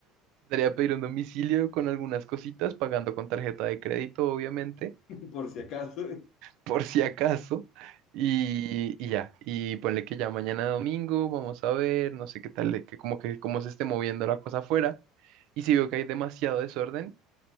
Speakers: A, on the right (about 60°); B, on the left (about 55°).
A: Intentaría pedir un domicilio con algunas cositas, pagando con tarjeta de crédito, obviamente.
B: <laughs> Por si acaso,
A: por si acaso. Y, y ya, y ponle que ya mañana domingo, vamos a ver, no sé qué tal, de que como que cómo se esté moviendo la cosa afuera. Y si veo que hay demasiado desorden,